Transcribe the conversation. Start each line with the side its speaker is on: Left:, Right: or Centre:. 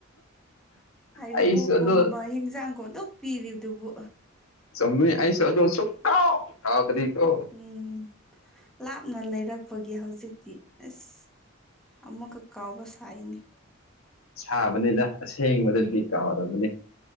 Centre: ꯍꯥꯏꯔꯤꯕꯣꯛꯀꯨꯝꯕ
Left: ꯑꯩꯁꯨ ꯑꯗꯣ
Centre: ꯍꯤꯟꯖꯥꯡꯒꯨꯝꯗꯣꯛ ꯄꯤꯔꯤꯕꯗꯨꯕꯨ
Left: ꯆꯨꯨꯝꯃꯤ ꯑꯩꯁꯨ ꯑꯗꯣ ꯁꯨꯛꯀꯥꯎ ꯀꯥꯎꯗꯔꯤꯀꯣ
Centre: ꯎꯝ ꯂꯥꯞꯅ ꯂꯩꯔꯛꯄꯒꯤ ꯍꯧꯖꯤꯛꯇꯤ ꯑꯁ ꯑꯃꯛꯒ ꯀꯥꯎꯕ ꯁꯥꯏꯅꯤ
Left: ꯁꯥꯕꯅꯤꯅ ꯑꯁꯦꯡꯕꯗꯗꯤ ꯀꯥꯎꯗꯕꯅꯤ